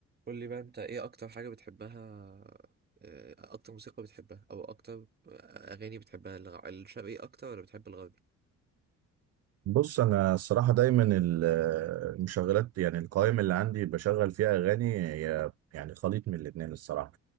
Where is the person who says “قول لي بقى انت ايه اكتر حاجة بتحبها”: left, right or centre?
Right